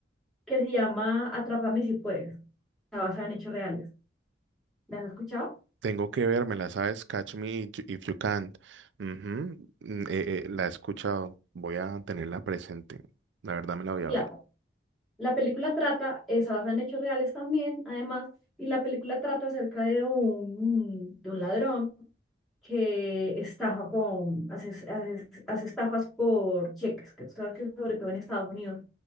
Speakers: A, in the centre; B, on the right.
A: que se llama Atrápame si puedes. Está basada en hechos reales. ¿La has escuchado?
B: Tengo que vérmela, ¿sabes? Catch me if you if you can't. Ujú, mm, eh, eh, la he escuchado, voy a tenerla presente. La verdad me la voy a
A: la
B: ver.
A: La película trata, es basada en hechos reales también, además, y la película trata acerca de un, de un ladrón que estafa con, hace, hace- hace estafas por cheques, que tú sabes que sobre todo en Estados Unidos